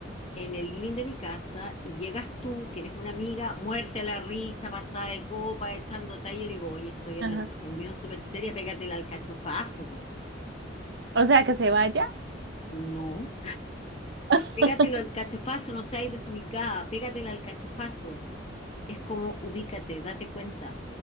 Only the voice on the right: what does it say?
Ajá.
O sea, que se vaya.
<laughs>